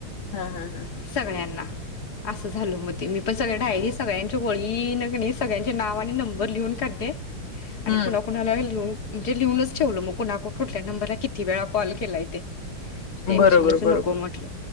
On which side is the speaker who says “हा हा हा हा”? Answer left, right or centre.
Left